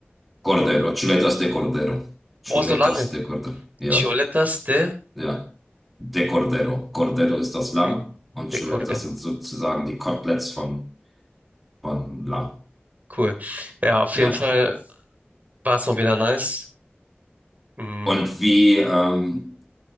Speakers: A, in the centre; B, on the right.
A: Cordero, chuletas de cordero. Chuletas
B: Boah, so lange.
A: de cordero. Ja.
B: Choletas de,
A: Ja. De Cordero. Cordero ist das Lamm
B: okay,
A: und
B: de
A: Chuleta
B: Cordero.
A: das sind sozusagen die Koteletts vom, vom Lamm.
B: Cool. Ja, auf
A: Ja.
B: jeden Fall war es mal wieder nice. Mm,
A: Und wie, ähm,